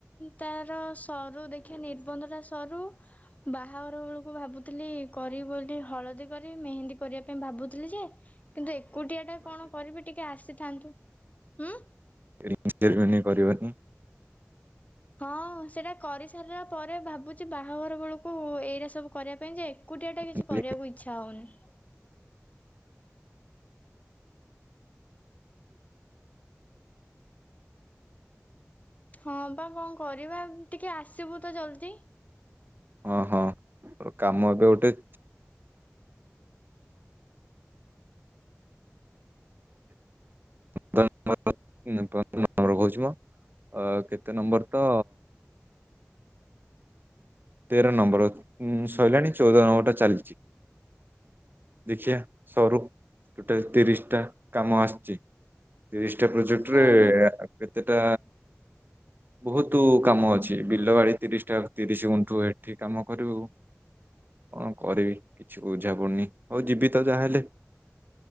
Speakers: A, on the left; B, on the right.
A: ତାର ସରୁ ଦେଖିବା ନିର୍ବନ୍ଧ ଟା ସରୁ ବାହାଘର ବେଳକୁ ଭାବୁଥିଲି କରି ବୋଲି ହଳଦୀ କରି ମେହେନ୍ଦୀ କରିବା ପାଇଁ ଭାବୁଥିଲି ଯେ କିନ୍ତୁ ଏକୁଟିଆ ଟା କଣ କରିବି ଟିକେ ଆସିଥାନ୍ତୁ ହୁଁ।
B: ରିଙ୍ଗ୍ ସେରିମନି କରିବନି।
A: ହଁ ସେଇଟା କରିସାରିଲା ପରେ ଭାବୁଛି ବାହାଘର ବେଳକୁ ଏଇଟା ସବୁ କରିବା ପାଇଁ ଯେ ଏକୁଟିଆ ଟା କିଛି
B: ହଁ
A: କରିବାକୁ ଇଚ୍ଛା ହଉନି। ହଁ ବା କଣ କରିବା ଟିକେ ଆସିବୁ ତ ଜଲଦି।
B: ହଁ ହଁ କାମ ଏବେ ଗୁଟେ ପନ୍ଦର ନମ୍ବର କହୁଛି ମୋ କେତେ ନମ୍ବର ତ ତେର ନମ୍ବର ସରିଲାଣି ଚଉଦ ନମ୍ବର ଟା ଚାଲିଛି ଦେଖିବା ସରୁ ଟୋଟାଲ ତିରିଶ ଟା କାମ ଆସିଛି। କ୍ରିଶ ଗୋଟେ ପ୍ରୋଜେକ୍ଟରେ
A: ଓହୋ
B: ଏତେଟା ବହୁତ କାମ ଅଛି ବିଲ ବାଡ଼ି ତିରିଶଟା ତିରିଶ ଗୁଣ୍ଠୁ ଏଠି କାମ କରିବୁ କଣ କରିବି କିଛି ବୁଝା ପଡୁନି ଆଉ ଯିବି ତ ଯାହାହେଲେ।